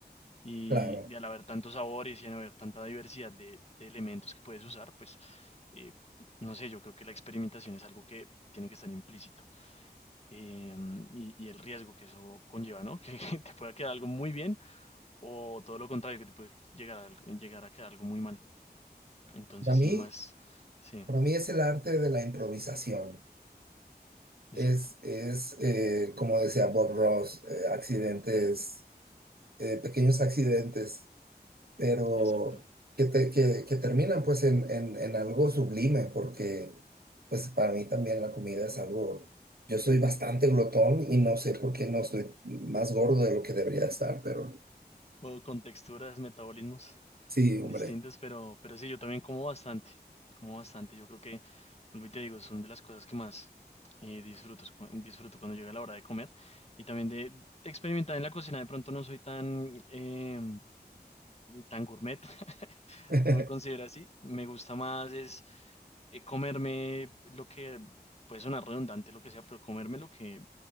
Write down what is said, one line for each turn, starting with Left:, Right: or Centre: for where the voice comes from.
Left: Y,
Right: Claro.
Left: y al haber tantos sabores y al haber tanta diversidad de, de elementos que puedes usar, pues, eh, no sé, yo creo que la experimentación es algo que tiene que estar implícito. Eh, mm, y, y el riesgo que eso conlleva, ¿no? <laughs> Que te pueda quedar algo muy bien o todo lo contrario, que te puede llegar a, llegar a quedar algo muy mal. Entonces
Right: A mí
Left: sí, más, sí,
Right: Para mí es el arte de la improvisación.
Left: exacto,
Right: Es, es eh, como decía Bob Ross, eh, accidentes, eh, pequeños accidentes, pero
Left: exacto.
Right: que, te- que, que terminan pues en, en, en algo sublime, porque pues para mí también la comida es algo, yo soy bastante glotón y no sé por qué no estoy más gordo de lo que debería estar, pero
Left: O con texturas, metabolismos
Right: sí, hombre.
Left: distintos, pero, pero sí, yo también como bastante, como bastante. Yo creo que, vuelvo y te digo, son de las cosas que más eh, disfruto, es cu- disfruto cuando llega la hora de comer. Y también de, de experimentar en la cocina, de pronto no soy tan, eh, tan gourmet,
Right: <laughs>
Left: no me considero así. Me gusta más es eh, comerme lo que, puede sonar redundante, lo que sea, pero comerme lo que